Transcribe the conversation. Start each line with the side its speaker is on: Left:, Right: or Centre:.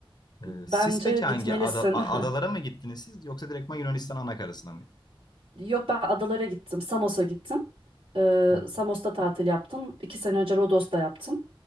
Left: E,
Right: bence
Left: siz peki hangi
Right: gitmelisin.
Left: ada- a- adalara mı gittiniz siz yoksa direktman Yunanistan anakarasına mı?
Right: <laughs> Yok ben adalara gittim. Samos'a gittim. Ee,
Left: Hı
Right: Samos'ta tatil yaptım. İki sene önce Rodos'ta yaptım.